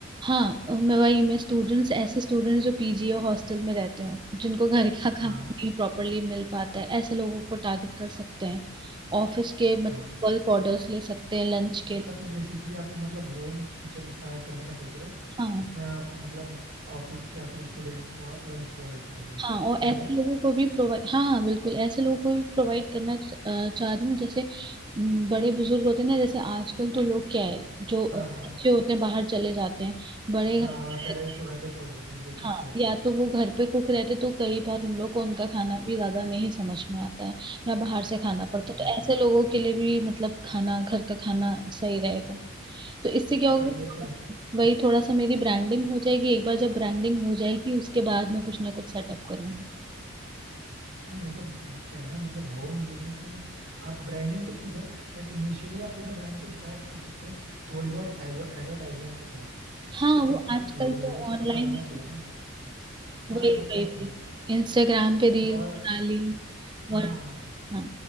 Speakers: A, on the right; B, on the right.
A: हाँ अ, मैं वही मैं स्टूडेंट्स ऐसे स्टूडेंट्स जो पीजी या हॉस्टल में रहते हो जिनको घर का <laughs>
B: हाँ
A: खाना नहीं प्रॉपरली मिल पाता है ऐसे लोगों को टारगेट कर सकते हैं ऑफिस के मतलब
B: हाँ
A: बल्क ऑर्डर्स ले सकते हैं लंच के
B: अच्छा तो बेसिकली आपने मतलब होम किचन स्टार्ट करने का सोच रहे हो
A: हाँ
B: जिसमें आप मतलब ऑफिस के या फिर स्टूडेंट्स को आप लंच प्रोवाइड करोगे एम
A: हाँ और ऐसे
B: आई राइट
A: लोगों को भी प्रोवाइड हाँ हाँ बिल्कुल ऐसे लोगों को भी प्रोवाइड करना च- अ, चाह रही हूँ जैसे म, बड़े बुजुर्ग होते हैं ना जैसे आजकल तो लोग क्या है जो अ,
B: हाँ हाँ
A: बच्चे होते हैं बाहर चले जाते हैं बड़े
B: हाँ
A: घर में
B: पेरेंट्स
A: रहते
B: को घर पे छोड़ देते हैं ये चीज
A: हाँ
B: तो है
A: या तो वो घर पे कुक रहते तो कई बार उन लोग को उनका खाना भी ज्यादा नहीं समझ में आता है या बाहर से खाना पड़ता
B: Exactly
A: है तो ऐसे
B: exactly.
A: लोगों के लिए भी मतलब खाना घर का खाना सही रहेगा तो इससे क्या होगा
B: हाँ ये तो है
A: वही थोड़ा सा मेरी ब्रांडिंग हो जाएगी एक बार जब ब्रांडिंग हो जाएगी उसके बाद मैं कुछ ना कुछ सेटअप करूंगी
B: नहीं वैसे क्या है ना मतलब होम बिजनेस में आप ब्रांडिंग तो ठीक है बट इनिशियली आप बिना ब्रांड के स्टार्ट कर सकते हो थोड़ी बहुत एडवर्टाइजमेंट के साथ
A: हाँ
B: मतलब
A: वो
B: क्योंकि
A: आजकल
B: थोड़े लोगों
A: जो
B: को तो
A: ऑनलाइन
B: पता होना
A: है
B: चाहिए
A: ना,
B: ना हाँ
A: वही
B: एग्जैक्टली
A: वही वही
B: exactly.
A: इंस्टाग्राम पे रील
B: और
A: बना ली
B: हाँ
A: और हाँ